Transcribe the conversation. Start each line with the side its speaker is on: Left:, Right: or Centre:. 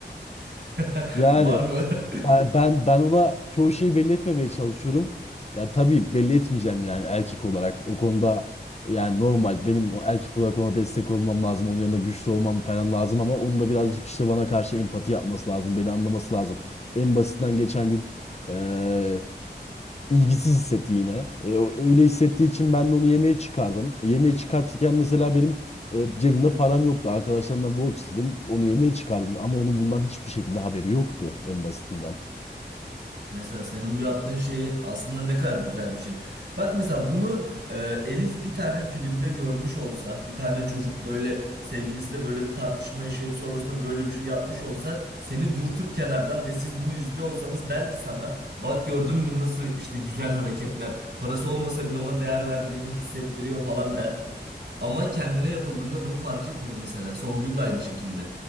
Right: <laughs>
Left: Yani
Right: Var mı? <laughs>
Left: e, ben ben ona çoğu şeyi belli etmemeye çalışıyorum. Ya tabii belli etmeyeceğim yani erkek olarak. O konuda yani normal benim o erkek olarak ona destek olmam lazım. Onun yanında güçlü olmam falan lazım ama onun da birazcık işte bana karşı empati yapması lazım. Beni anlaması lazım. En basitinden geçen gün e, ilgisiz hissetti yine. E, o- öyle hissettiği için ben de onu yemeğe çıkardım. Yemeğe çıkartırken mesela benim e, cebimde param yoktu. Arkadaşlarımdan borç istedim. Onu yemeğe çıkardım. Ama onun bundan hiçbir şekilde haberi yoktu en basitinden.
Right: Mesela senin bu yaptığın şeyi aslında ne kadar güzel bir şey. Bak mesela bunu e, Elif bir tane filmde görmüş olsa, bir tane çocuk böyle sevgilisiyle böyle bir tartışma yaşayıp sonrasında böyle bir şey yapmış olsa, seni dürtüp kenardan ve siz bunu izliyor olsanız der ki sana, bak gördün mü nasıl işte güzel hareketler, parası olmasa bile ona değer verdiğini hissettiriyor falan der. Ama kendine yapıldığında bunu fark etmiyor mesela. Songül de aynı şekilde.